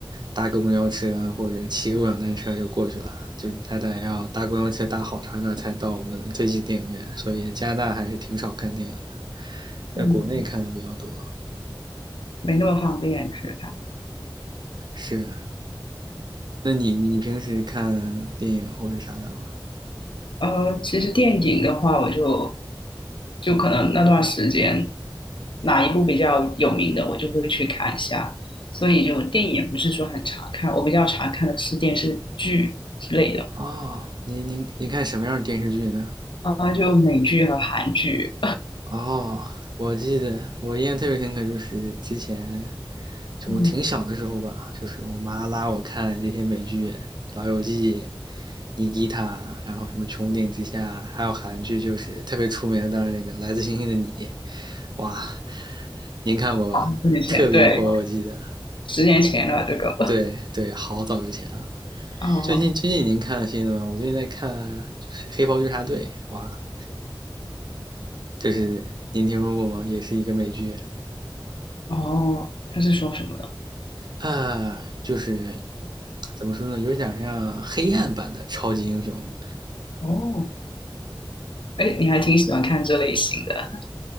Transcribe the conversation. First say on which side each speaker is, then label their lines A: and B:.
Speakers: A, on the right; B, on the left.
A: 搭个公交车或者骑个共享单车就过去了，就他得要搭公交车搭好长一段才到我们最近电影院，所以加拿大还是挺少看电影的
B: 嗯，
A: 在国内看的比较多。
B: 没那么方便去看。
A: 是，那你你平时看电影或者啥的吗？
B: 呃，其实电影的话，我就就可能那段时间哪一部比较有名的，我就会去看一下。所以就电影也不是说很常看，我比较常看的是电视剧之类的。
A: 哦，您您您看什么样的电视剧呢？
B: 啊，就美剧和韩剧，
A: 哦，我记得我印象特别深刻，就是之前就我挺小的时候吧，
B: 嗯，
A: 就是我妈拉我看这些美剧，《老友记》尼基塔，然后什么《穹顶之下》，还有韩剧就是特别出名的，当然那个《来自星星的你》，哇，您看过吧？
B: 好，十年前，
A: 特别火，
B: 对，
A: 我记得。
B: 十年前了这个，
A: 对对，好早之前了。
B: <laughs> 哦
A: 最近最近您看了新的吗？我最近在看就是《黑袍纠察队》，哇，就是您听说过吗？也是一个美剧，
B: 哦，他是说什么的？
A: 啊，呃就是怎么说呢，有点像黑暗版的超级英雄
B: 哦，哎，你还挺喜欢看这类型的，